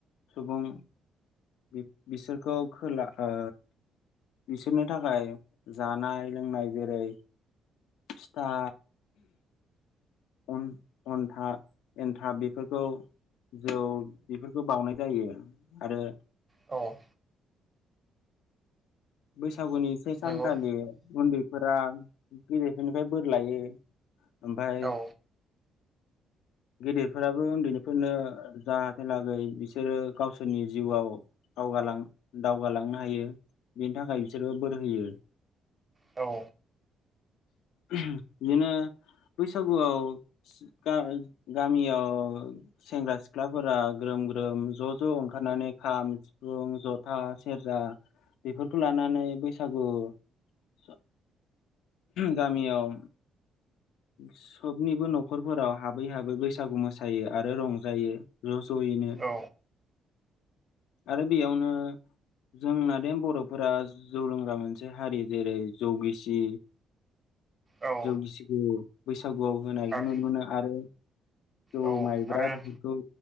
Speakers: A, on the left; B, on the right.
A: सुबुं बि-बिसोरखौ खोला ओ बिसोरनि थाखाय जानाय लोंनाय जेरै फिथा अन-अनथा एनथाब बेफोरखौ जौ बेफोरखौ बाउनाय जायो आरो
B: औ
A: बैसागुनि से सानखालि
B: नंगौ
A: उन्दैफोरा गेदेरफोरनिफ्राय बोर लायो। ओमफाय
B: औ
A: गेदेरफोराबो उन्दैनिफोरनो जाहाथे लागै बिसोरो गावसोरनि जिउआव दावगालां दावगालांनो हायो। बिनि थाखाय बिसोरबो बोर होयो।
B: औ
A: बिदिनो बैसागुआव गा-गामियाव सेंग्रा सिख्लाफोरा ग्रोम ग्रोम ज' ज' ओंखारनानै खाम सिफुं जथा सेरजा बेफोरखौ लानानै बैसागु स गामियाव सबनिबो न'खरफोराव हाबै हाबै बैसागु मोसायो आरो रंजायो। ज' ज'यैनो
B: औ
A: आरो बेयावनो जोंना देम बर'फोरा जौ लोंग्रा मोनसे हारि जेरै जौ गिसि
B: औ
A: जौ गिसिखु बैसागुआव होनायखौ
B: आरो
A: नुनो मोनो आरो जौ
B: औ
A: माइब्रा
B: आरो
A: बेफोरखौ